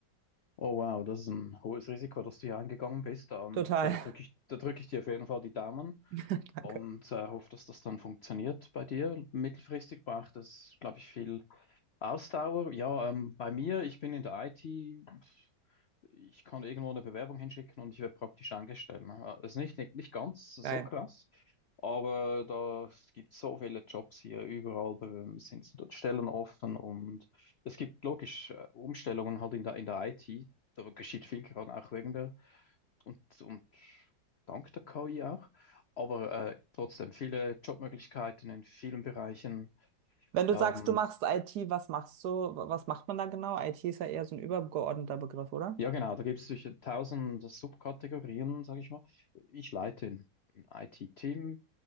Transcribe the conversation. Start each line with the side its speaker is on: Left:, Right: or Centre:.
Left: Oh wow, das ist ein hohes Risiko, dass du hier eingegangen bist. Ähm,
Right: Total.
Left: da drücke ich, da drücke ich dir auf jeden Fall die Daumen
Right: <laughs>
Left: und
Right: Danke.
Left: äh, hoffe, dass das dann funktioniert bei dir. Mittelfristig braucht es, glaube ich, viel Ausdauer, ja, ähm, bei mir, ich bin in der IT, pf, ich kann irgendwo eine Bewerbung hinschicken und ich werde praktisch angestellt. ne? Ist nicht, nicht, nicht ganz so
Right: Geil.
Left: krass, aber da es gibt so viele Jobs hier, überall ähm, sind so dort Stellen offen und es gibt logisch äh, Umstellungen halt in der, in der IT, da geschieht viel gerade auch wegen der und, und dank der KI auch, aber äh, trotzdem viele Jobmöglichkeiten in vielen Bereichen.
Right: Wenn du
Left: Ähm,
Right: sagst, du machst IT, was machst du? Was macht man da genau? IT ist ja eher so ein übergeordneter Begriff, oder?
Left: Ja, genau, da gibt es sicher tausend Subkategorien, sage ich mal. Ich leite ein ein IT-Team.